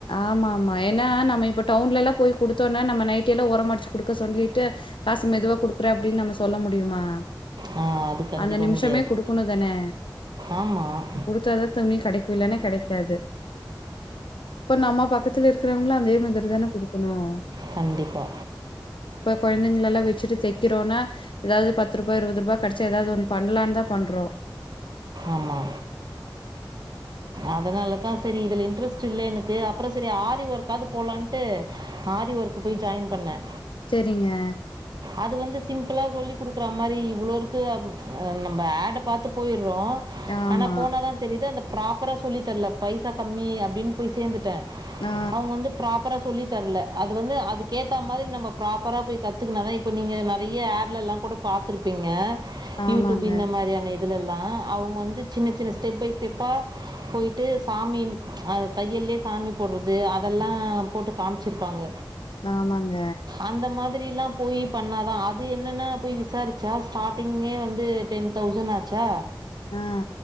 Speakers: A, on the left; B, on the right.
A: ஆமா ஆமா ஏன்னா நம்ம இப்ப டவுன்ல எல்லாம் போய் கொடுத்தோம்னே நம்ம நைட் எல்லாம் உர அடிச்சு குடுக்க சொல்லிட்டு காசு மெதுவா குடுக்குற அப்படின்னு நம்ம சொல்ல முடியுமா
B: ஆ, அது கண்டிப்பாக
A: அந்த நிமிஷமே
B: முடியாது
A: குடுக்கணும் தானே
B: ஆமாம்
A: குடுத்தாத துணி கிடைக்கு இல்லனா கிடைக்காது ஆமா பக்கத்துல இருக்கிறவங்கள அதே மாதிரி தானே குடுக்கணும்
B: கண்டிப்பா
A: குழந்தைங்க எல்லாம் வச்சுட்டு தைக்கிறோம்னா ஏதாவது பத்து ரூபாய் இருபது ரூபாய் கிடைச்சா ஏதாவது ஒன்னு பண்ணலான்னு தான் பண்றோம்
B: ஆமா அதனாலதான் சரி இதுல இன்ட்ரெஸ்ட் ச்சி இல்ல எனக்கு அப்புறம் சரி ஆரி ஒர்க்காவது போலான்ட்டு ஆரி ஒர்க்க் போய் ஜாயின் பண்ணேன்
A: சரிங்க
B: அது வந்து சிம்பிளா சொல்லி குடுக்குற மாதிரி இவ்வளோருக்கு நம்ம ஆட பார்த்து போயிரு
A: ஆமா
B: ஆனா போனாதான் தெரியுது அந்த ப்ராப்பராக சொல்லித்தரல பைசா கம்மி அப்படின்னு போய் சேந்துட்டேன்
A: ஆ
B: அவங்க வந்து ப்ராப்பரா சொல்லி தரல அது வந்து அதுக்கேத்தா மாதிரி நம்ம ப்ராப்பராக போய் கத்துக்கனா தான் இப்போ நீங்கள் நிறைய ஆட்லா கூட பார்த்துருப்பீங்க
A: ஆமாங்க
B: யூடியூப் இந்த மாதிரியான இதல் அவங்க வந்து சின்ன சின்ன ஸ்டெப் பை ஸ்டெப்பாக போய்டட்டு சாமி தையல்லே சாமி போடுறது அதெல்லாம் போட்டு காமிச்சிருப்பாங்க
A: ஆமாங்க
B: அந்த மாதிரிலாம் போய் பண்ணாதான் அது என்னென்னா போய் விசாரிச்சா ஸ்டார்ட்டிங்கே வந்து டென் தௌசண்ட் ஆச்சா
A: ஆ